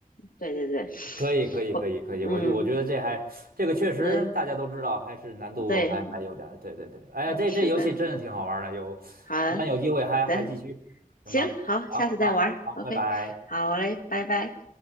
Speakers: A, on the left; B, on the right.
A: 对对对，
B: 可以，可以，
A: 我嗯
B: 可以，可以，我就我觉得这还这个确实大家都知道，
A: 嗯
B: 还是难度还还有点儿对对对，
A: 对，
B: 哎呀，这这游戏真的挺好玩儿的，
A: 是的，
B: 有，
A: 好
B: 咱有机会还还继续，
A: 的，
B: 行吗？
A: 行好，
B: 好，
A: 下次再玩儿，OK，
B: 好，好，拜拜。
A: 好嘞，拜拜。